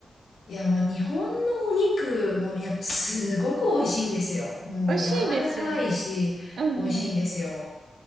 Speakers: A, on the left; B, on the right.
A: いや、もう日本のお肉もやっぱすごく美味しいんですよ。もう柔らかいし、
B: 美味しいですよね。うん
A: 美味しいんですよ。